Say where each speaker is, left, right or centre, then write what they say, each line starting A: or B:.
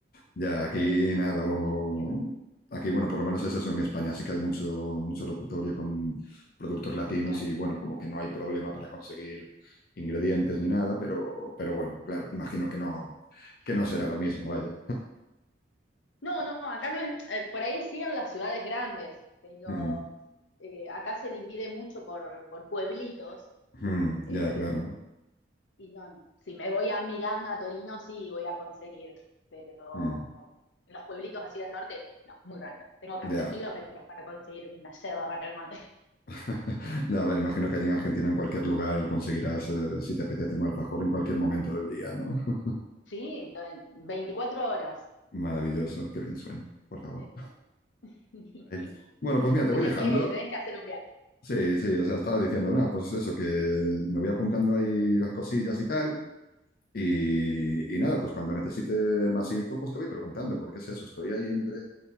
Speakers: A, on the left; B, on the left.
A: Ya, aquí
B: Eh,
A: nada,
B: pero
A: o
B: bueno, qué va.
A: aquí bueno, por lo menos es eso, en España sí que hay mucho, mucho locutorio con productos latinos
B: Claro.
A: y bueno, como que no hay problema para conseguir ingredientes ni nada, pero, pero bueno, claro, imagino que no, que no será lo mismo, vaya.
B: No, no, acá no es, eh, por ahí sí en las ciudades grandes, pero
A: Mm,
B: eh, acá se divide mucho por, por pueblitos.
A: mm,
B: eh,
A: ya, claro.
B: Y no, si me voy a Milán, a Torino, sí voy a conseguir, pero
A: mm,
B: en los pueblitos así del norte, no, muy raro. Tengo que
A: ya.
B: hacer kilómetros para conseguir una yerba para el mate. <laughs>
A: <laughs> Ya, a ver, imagino que allí en Argentina, en cualquier lugar, conseguirás, eh, si te apetece, un alfajor en cualquier momento del día, ¿no? <laughs>
B: Sí, entonces, 24 horas.
A: Maravilloso, qué bien suena, por favor.
B: Sí, sí. <laughs>
A: Ay, Bueno, pues mira, te
B: tenés,
A: voy dejando.
B: que, tenés que hacer un viaje.
A: Sí, sí, o sea, estaba diciendo, nada, pues eso, que me voy apuntando ahí las cosillas y tal, y, y nada, pues cuando necesite más info, pues te voy preguntando, porque es eso, estoy ahí entre,